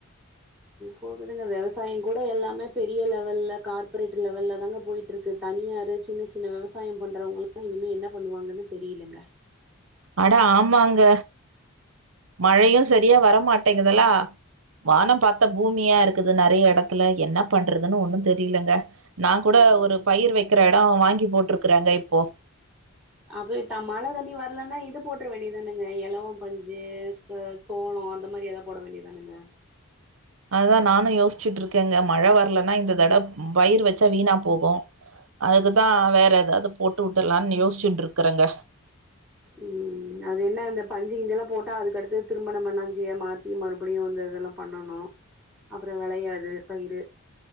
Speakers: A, in the centre; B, on the right (about 70°).
A: போகுதுங்க விவசாயோ கூட எல்லாமே பெரிய லெவல்ல கார்ப்ரேட் லெவல்ல தாங்க போயிட்டு இருக்கு தனி தனியாரு சின்ன சின்ன விவசாயோ பண்றவங்கல்லா இனிமே என்ன பண்ணுவாங்கன்னு தெரியலங்க
B: அடா ஆமாங்க மழையு சரியா வரமாட்டேங்குதல்லா வானோ பாத்த பூமியா இருக்குது நெறைய எடத்துல என்ன பண்றதுன்னு ஒன்னு தெரியலங்க நா கூட
A: ம்
B: ஒரு பயிர் வெக்கற எடோ வாங்கி போட்ருக்கறங்க இப்போ
A: அப்ப மழை தண்ணி வரலன்னா இது போட்ற வேண்டியதானுங்க எளவோ பஞ்சு சோளோ அந்த மாரி எதா போட வேண்டியதானுங்க
B: அதுதா நானு யோசிச்சிட்டு இருக்கேங்க மழை வரலன்னா இந்த தட பயிறு வச்சா வீணா போகு அதுக்குதா வேற எதாவது போட்டு உட்டர்லானு யோசிச்சுட்டு இருக்கறங்க
A: உம் அது என்ன இந்த பஞ்சு கிஞ்ச எல்லா போட்டா அதுக்கடுத்து திரும்ப நம்ப நஞ்சியா மாத்தி மறுபடியு இங்க வந்து இதெல்லா பண்ணணு அப்றோ வெளயாது பயிரு